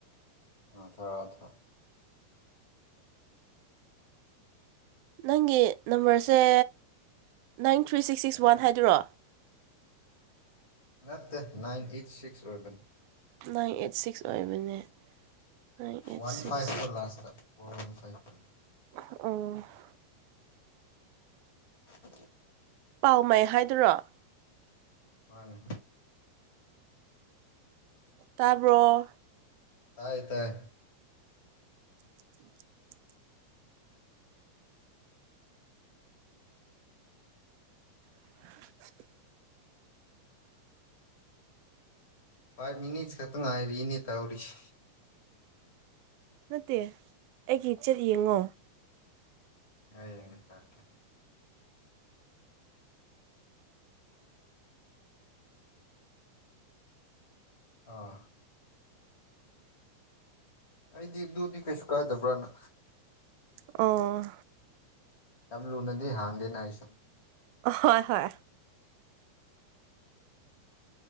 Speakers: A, on the left (about 45°); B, on the right (about 45°).
A: ꯑꯥ ꯊꯥꯔꯛꯑꯣ ꯊꯥꯔꯑꯣ
B: ꯅꯪꯒꯤ ꯅꯝꯕꯔꯁꯦ nine three six six one ꯍꯥꯏꯗꯨꯔꯣ?
A: ꯅꯠꯇꯦ ꯅꯥꯏꯟ ꯑꯩꯠ ꯁꯤꯛꯁ ꯑꯣꯏꯕꯅꯤ꯫
B: ꯅꯥꯏꯟ ꯑꯩꯠ ꯁꯤꯛꯁ ꯑꯣꯏꯕꯅꯦ꯫ Nine eight
A: one
B: six
A: five four last one five
B: ꯑꯣ
A: <unintelligible>
B: ꯄꯥꯎ ꯃꯩ ꯍꯥꯏꯗꯨꯔꯣ?
A: ꯃꯥꯅꯦ
B: ꯇꯥꯕ꯭ꯔꯣ?
A: ꯇꯥꯏ ꯇꯥꯏ
B: <inaudible> <inaudible>
A: ꯐꯥꯏꯚ ꯃꯤꯅꯤꯠꯁ ꯈꯛꯇꯪ ꯉꯥꯏꯔꯤꯅꯦ ꯇꯧꯔꯤꯁꯤ
B: ꯅꯠꯇꯦ ꯑꯩꯒꯤ ꯆꯦꯠ ꯌꯦꯡꯉꯣ꯫
A: <unintelligible> ꯑꯥ ꯑꯩꯗꯤ ꯑꯗꯨꯗꯤ ꯀꯩꯁꯨ ꯀꯥꯏꯗꯕ꯭ꯔꯥꯅ
B: ꯑꯣ
A: ꯌꯥꯝ ꯂꯨꯅꯗꯤ ꯍꯥꯡꯗꯦꯅ ꯑꯩꯁꯨ
B: ꯍꯣꯏ ꯍꯣꯏ